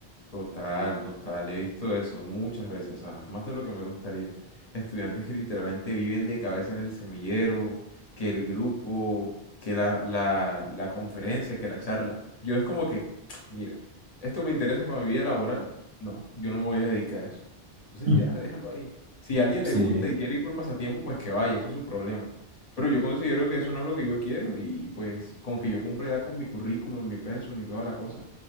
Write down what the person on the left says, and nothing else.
Total, total. He visto eso muchas veces, ¿sabes? Más de lo que me gustaría. Estudiantes que literalmente viven de cabeza en el semillero, que el grupo, que la, la, la conferencia, que la charla. Yo es como que, <tsk> mira, ¿esto me interesa para mi vida laboral? No, yo no me voy a dedicar a eso. Entonces
ya,
déjalo ahí. Si a alguien
le gusta y quiere ir por pasatiempo, pues que vaya, eso es su problema. Pero yo considero que eso no es lo que yo quiero y pues con que yo cumpla ya con mi currículum, mi pensum y toda la cosa,